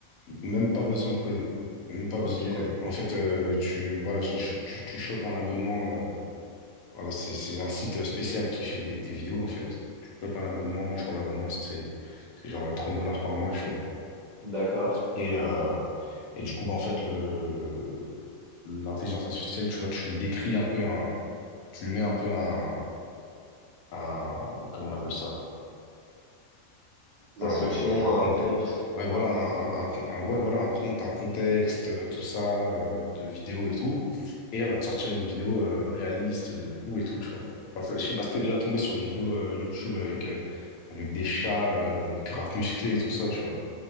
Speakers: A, on the left; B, on the right.
A: Même pas besoin de coder. Même pas
B: Ok,
A: besoin de coder. En fait, euh, tu, voilà, je- je- tu, tu chopes un abonnement. euh, voilà, c'est c'est un site euh, spécial qui fait des, des vidéos, en fait. Tu chopes un abonnement. Je crois l'abonnement, c'est c'est genre 30 dollars par mois, tu vois.
B: d'accord.
A: Et, euh, et du coup, bah, en fait, le, L'intelligence artificielle, tu vois, tu lui décris un peu un, tu lui mets un peu un, un, comment on appelle ça?
B: Des
A: Un,
B: instructions,
A: euh, un
B: un
A: contexte.
B: prompt.
A: Ouais,
B: un-
A: voilà, un, un- un- ouais, voilà, un prompt, un contexte, euh, tout ça, euh, de vidéo et tout. Et elle va te sortir une vidéo, euh, réaliste de fou et tout, tu vois. Enfin, je sais pas si t'es déjà tombé sur les vidéos, euh, YouTube avec, euh, avec des chats, euh, grave musclés et tout ça, tu vois.